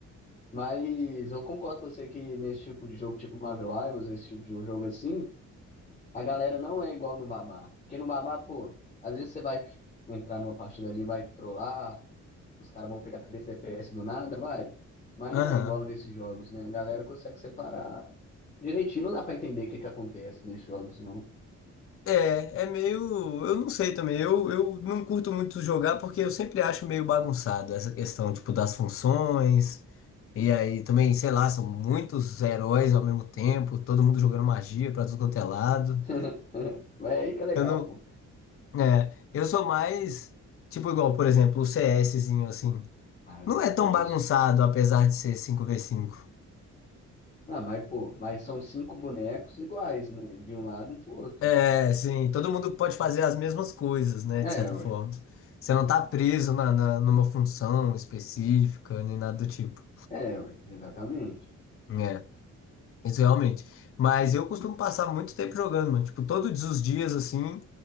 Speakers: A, on the left; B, on the left.
A: Mas eu concordo com você que nesse tipo de jogo, tipo Marvel Rivals, esse tipo de jogo assim, a galera não é igual no Babá. Porque no Babá, pô, às vezes você vai entrar numa partida ali, vai trollar, os caras vão pegar 3 CPS do nada, vai. Mas não
B: aham.
A: é igual nesses jogos, né? A galera consegue separar direitinho, não dá pra entender o que que acontece nesses jogos, não.
B: É, é meio. Eu não sei também. Eu, eu não curto muito jogar porque eu sempre acho meio bagunçado essa questão, tipo, das funções. E aí também, sei lá, são muitos heróis ao mesmo tempo, todo mundo jogando magia pra tudo quanto é lado.
A: <laughs> Mas é aí que é legal,
B: Eu não,
A: pô.
B: É, eu sou mais, tipo, igual, por exemplo, o CSzinho, assim.
A: Ah, é gostoso.
B: Não é tão bagunçado, apesar de ser cinco v cinco,
A: Ah, mas, pô, mas são cinco bonecos iguais, né? De um lado e do outro.
B: É, sim, todo mundo pode fazer as mesmas coisas, né,
A: É,
B: de certa
A: ué.
B: forma. Você não tá preso na, na- numa função específica, nem nada do tipo.
A: É, ué. Exatamente.
B: É, isso realmente. Mas eu costumo passar muito tempo jogando, mano. Tipo, todos os dias, assim,